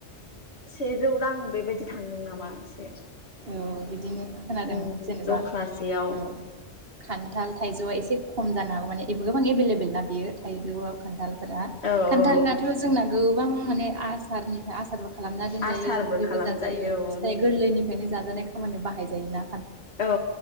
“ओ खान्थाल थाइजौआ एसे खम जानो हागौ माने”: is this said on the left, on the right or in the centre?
Right